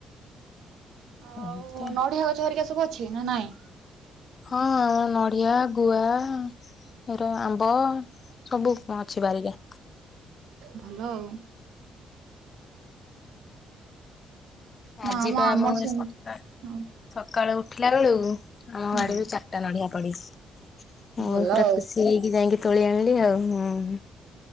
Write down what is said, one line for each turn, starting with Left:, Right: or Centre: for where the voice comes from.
Right: ଆଉ
Left: ଏମିତି।
Right: ନଡିଆ ଗଛ ହରିକା ସବୁ ଅଛି ନା ନାଇଁ?
Left: ହଁ, ନଡିଆ, ଗୁଆ ଏର ଆମ୍ବ ସବୁ କଣ ଅଛିି ବାରିରେ।
Right: ଭଲ ଆଉ। ନା
Left: ଆଜିି
Right: ଆମ
Left: ପା
Right: ଆମର
Left: ମୁଁ
Right: ସେମିତି
Left: ସକାଳେ
Right: ହଁ
Left: ସକାଳୁ ଉଠିଲା ବେଳକୁ ଆମ
Right: ହୁଁ
Left: ବାଡ଼ିରୁ ଚାରିଟା ନଡିଆ ପଡିଛି
Right: ଭଲ
Left: ମୁଁ ପୁରା
Right: ଆଉ।
Left: ଖୁସି ହେଇକି ଯାଇକି ତୋଳି ଆଣିଲି ଆଉ। ହୁଁ!